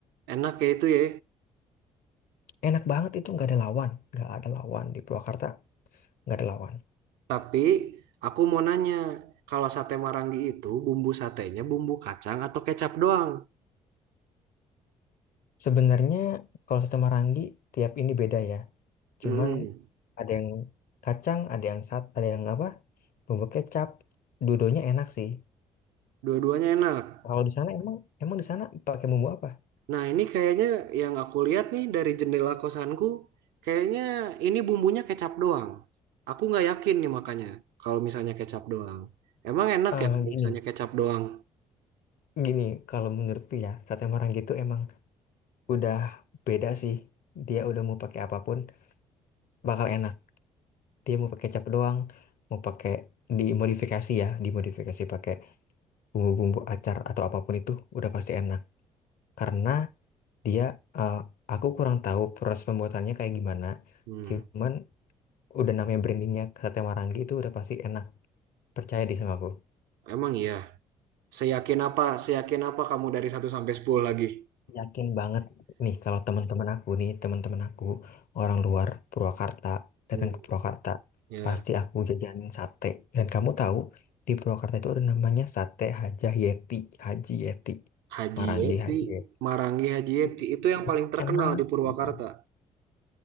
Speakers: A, on the right; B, on the left.
A: Enak ya itu ya.
B: enak banget itu nggak ada lawan nggak ada lawan di Purwakarta nggak ada lawan
A: Tapi aku mau nanya, kalau sate Marangi itu bumbu satenya bumbu kacang atau kecap doang?
B: sebenarnya kalau soto Marangi tiap ini beda ya cuman
A: Mm-mm.
B: ada yang kacang ada yang sat ada yang apa bumbu kecap dudonya enak sih
A: Dua-duanya enak.
B: kalau di sana emang emang di sana pakai bumbu apa
A: Nah, ini kayaknya yang aku lihat nih dari jendela kosanku, kayaknya ini bumbunya kecap doang. Aku nggak yakin nih makanya kalau misalnya kecap doang. Emang enak
B: Eh
A: ya kalau
B: gini
A: misalnya kecap doang?
B: gini kalau menurutku ya sate Marangi itu emang udah beda sih dia udah mau pakai apapun bakal enak. Dia mau pakai kecap doang, mau pakai dimodifikasi ya, dimodifikasi pakai bumbu-bumbu acar atau apapun itu udah pasti enak. Karena dia eh, aku kurang tahu proses pembuatannya kayak gimana.
A: Hmm,
B: Cuman udah namanya brandingnya sate Marangi itu udah pasti enak. Percaya deh sama aku.
A: emang iya. Seyakin apa, seyakin apa kamu dari satu sampai 10 lagi?
B: Yakin banget nih kalau teman-teman aku nih, teman-teman aku orang luar Purwakarta datang
A: Hmm,
B: ke Purwakarta,
A: ya.
B: pasti aku jajanin sate. Dan kamu tahu di Purwakarta itu ada namanya sate Haji Yeti, Haji Yeti,
A: Haji
B: Marangi
A: Yeti,
B: Haji Yeti.
A: Marangi Haji Yeti
B: Uh,
A: itu
B: Itu
A: yang
B: mah
A: paling terkenal
B: enak
A: di Purwakarta.
B: pisan.